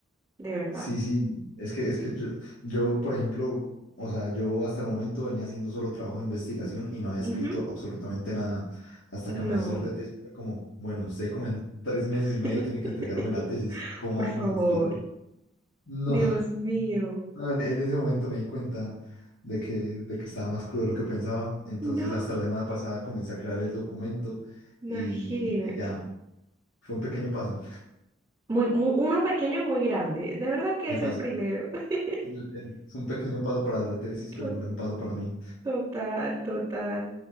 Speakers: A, on the right; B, on the left.
A: de verdad.
B: Sí, sí, es que, es que yo, yo, por ejemplo, o sea, yo hasta el momento venía haciendo solo trabajo de investigación y no había
A: Ujú.
B: escrito absolutamente nada. Hasta
A: No,
B: que mi asesor de tesis fue como, bueno, usted como en tres meses
A: <laughs>
B: y medio tiene que entregarme la tesis, ¿cómo
A: por
B: vamos
A: favor.
B: de escritura? No,
A: Dios mío.
B: <laughs> no, en, en ese momento me di cuenta de que, de que estaba más crudo de lo que pensaba. Entonces,
A: No,
B: hasta la semana pasada comencé a crear el documento
A: imagínate.
B: y, y ya, fue un pequeño paso.
A: Muy, mu- uno pequeño, muy grande. De verdad que
B: Me
A: es
B: pasó-
A: el primero. <laughs>
B: Es un pequeño paso para la tesis,
A: To-
B: pero un gran paso para mí.
A: Total, total.